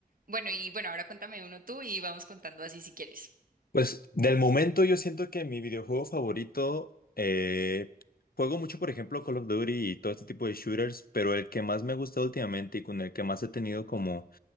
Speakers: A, on the right; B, on the left.
A: bueno, y bueno, ahora cuéntame uno tú y vamos contando así si quieres.
B: Pues del momento yo siento que mi videojuego favorito, eh, juego mucho, por ejemplo, Call of Duty y todo este tipo de shooters, pero el que más me ha gustado últimamente y con el que más he tenido como